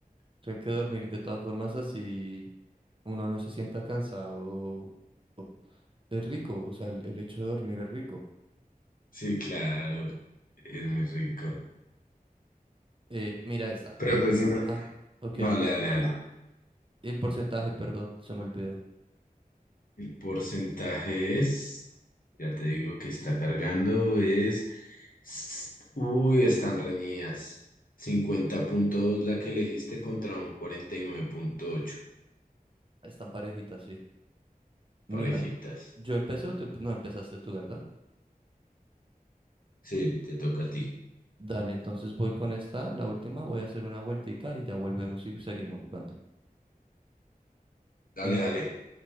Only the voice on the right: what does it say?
creo que dormir de todas formas así uno no se sienta cansado o- es rico, o sea, el, el hecho de dormir es rico.
Eh, mira esta.
Ah, ok,
ok.
El porcentaje, perdón, se me olvidó.
Están parejitas, sí. Mira,
yo empecé o tú empe- no empezaste tú, ¿verdad?
Dale, entonces voy con esta, la última, voy a hacer una vueltica y ya volvemos y seguimos jugando.
En-